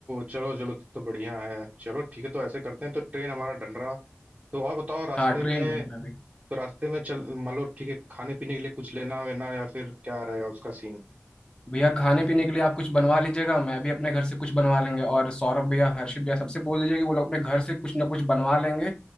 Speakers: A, on the right; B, on the left.
A: चलो चलो तो तो बढ़िया है चलो ठीक है तो ऐसे करते हैं तो ट्रेन हमारा डन रहा तो और बताओ रास्ते
B: हाँ ट्रेन
A: में
B: बन रहा है अभी
A: तो रास्ते में चल मान लो ठीक है खाने पीने के लिए कुछ लेना वेना या फिर क्या रहेगा उसका सीन
B: भैया खाने पीने के लिए आप कुछ बनवा लीजिएगा मैं भी अपने घर से कुछ बनवा लेंगे और सौरभ भैया हर्षित भैया सबसे बोल दीजिए कि वो लोग अपने घर से कुछ ना कुछ बनवा लेंगे